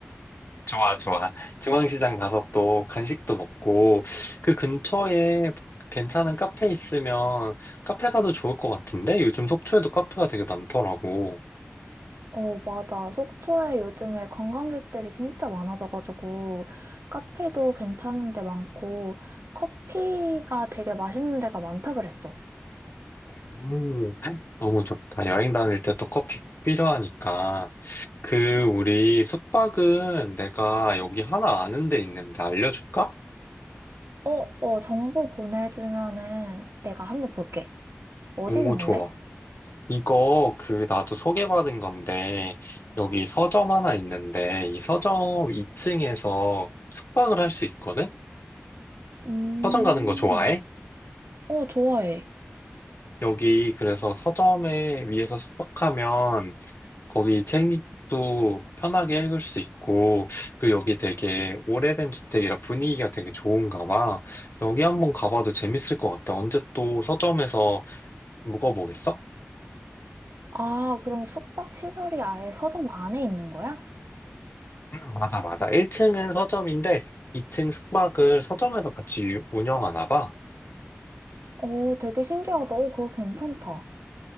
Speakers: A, on the left (about 55°); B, on the right (about 70°).
A: 좋아, 좋아. 중앙시장 가서 또 간식도 먹고 그 근처에 괜찮은 카페 있으면 카페 가도 좋을 것 같은데? 요즘 속초에도 카페가 되게 많더라고.
B: 어, 맞아. 속초에 요즘에 관광객들이 진짜 많아져가지고 카페도 괜찮은 데 많고 커피가 되게 맛있는 데가 많다 그랬어.
A: 음, 너무 좋다. 여행 다닐 때 또 커피 필요하니까. 그, 우리 숙박은 내가 여기 하나 아는 데 있는데 알려줄까?
B: 어, 어, 정보 보내주면은 내가 한번 볼게. 어디
A: 오,
B: 있는
A: 좋아.
B: 건데?
A: 이거 그 나도 소개받은 건데 여기 서점 하나 있는데 이 서점 2층에서 숙박을 할 수 있거든?
B: 음,
A: 서점 가는 거 좋아해?
B: 어, 좋아해.
A: 여기 그래서 서점에 위에서 숙박하면 거기 책도 편하게 읽을 수 있고, 그 여기 되게 오래된 주택이라 분위기가 되게 좋은가 봐. 여기 한번 가봐도 재밌을 것 같아. 언제 또 서점에서 묵어보겠어?
B: 아, 그럼 숙박 시설이 아예 서점 안에 있는 거야?
A: 음, 맞아, 맞아. 1층은 서점인데, 2층 숙박을 서점에서 같이 유- 운영하나 봐.
B: 어, 되게 신기하다. 어, 그거 괜찮다.